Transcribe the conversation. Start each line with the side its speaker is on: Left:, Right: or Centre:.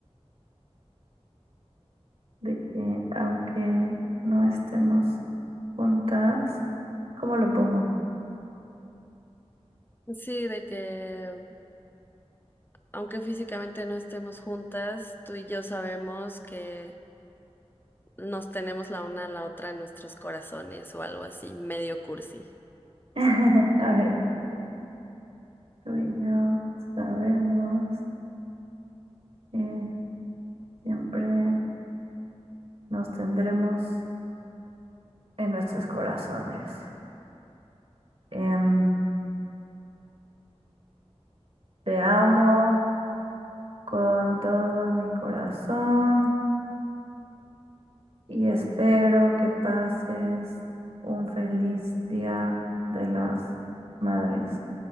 Right: de que aunque no estemos juntas, ¿cómo lo pongo?
Left: Sí, de que aunque físicamente no estemos juntas, tú y yo sabemos que nos tenemos la una a la otra en nuestros corazones o algo así, medio cursi.
Right: <laughs> A ver, tú y yo sabemos que siempre nos tendremos en nuestros corazones. Em, te amo con todo mi corazón y espero que pases un feliz día de las madres.